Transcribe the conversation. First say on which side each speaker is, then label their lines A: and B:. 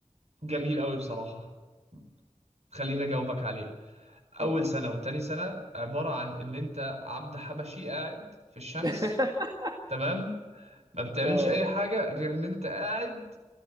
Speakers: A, on the right; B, on the right.
A: جميل أوي بصراحة خليني أجاوبك عليه اول
B: اتفضل
A: سنه وتاني سنه عباره عن ان انت عبد حبشي قاعد في الشمس
B: <laughs>
A: تمام ما بتعملش
B: اه
A: اي حاجه غير ان انت قاعد